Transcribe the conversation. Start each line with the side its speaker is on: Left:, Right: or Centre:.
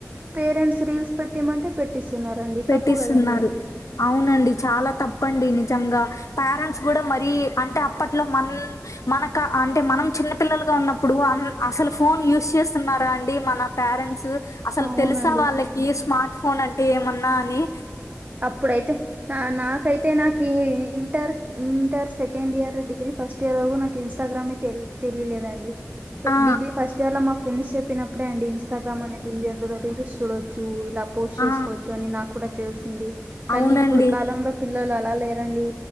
Right: పేరెంట్స్ రీల్స్ పెట్టటిమంటే పెట్టిస్తున్నారండి
Left: పెట్టిస్తున్నారు
Right: తప్పు కదండి అది
Left: అవునండి చాలా తప్పండి నిజంగా పేరెంట్స్ కూడా మరీ అంటే అప్పట్లో మన మనక అంటే మనం చిన్నపిల్లలుగా ఉన్నప్ ఇప్పుడు అసలు ఫోన్ యూజ్ చేస్తున్నారా అండి మన పేరెంట్స్ అసలు
Right: అవునండి
Left: తెలుసా వాళ్ళకి ఈ స్మార్ట్ ఫోన్ అంటే ఏమన్నా అని
Right: అప్పుడైతే నా నాకైతే నాకు ఈ inter inter second year degree first year వరకు నాకు ఇన్స్టాగ్రామే తెలియలేదండి
Left: ఆ
Right: డిగ్రీ ఫస్ట్ ఇంటర్లో మా ఫ్రెండ్స్ చెప్పినప్పుడే అండి ఇన్స్టాగ్రామ్ అనేది ఉంది అందులో రీల్స్ చూడచ్చు ఇలా పోస్ట్ చేసుకోవచ్చు
Left: ఆ
Right: అని నాకు కూడా తెలిసింది కానీ
Left: అవునండి
Right: ఇప్పుడు కాలంలో పిల్లలు అలా లేరండి